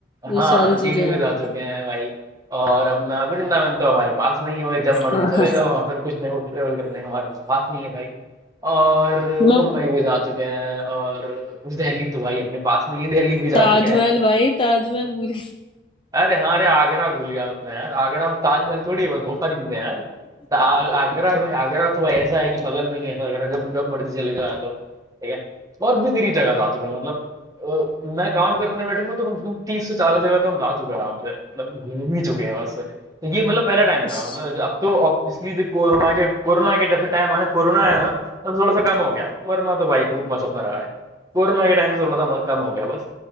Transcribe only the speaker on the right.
हाँ
सीडी
में
जा चुके हैं भाई और अपना वृंदावन तो हमारे पास में ही है भाई जब मर्जी
चले जाओ वहाँ पर कुछ नए ट्रेवल करने हमारे पास में ही है भाई और
मुंबई भी जा चुके हैं और दिल्ली तो भाई अपने पास में ही दिल्ली भी जा
चुके हैं
अरे हाँ अरे आगरा भूल गया मैं अपना यार आगरा में ताजमहल थोड़ी है बस बहुत सारी चीजें हैं यार तो आ, आगरा है भाई आगरा तो भाई ऐसा है कि बगल में ही है ऐसा आगरा जब जब मर्जी चले जाओ यहाँ तो ठीक है और भी मेरी जगह जा चुका हूं, मतलब अ, मैं काउंट करने बैठूंगा तो कम से कम तीस से चालीस जगह तो हम जा चुके हैं आराम से मतलब घूम ही चुके हैं बस तो ये मतलब पहला टाइम
था मतलब अब तो ऑब्वियसली कोरोना के कोरोना के जब से टाइम आना कोरोना आया ना तब थोड़ा सा कम हो गया वरना तो भाई खूब मस्त अपना रहा है कोरोना के टाइम से थोड़ा सा मस्त कम हो गया बस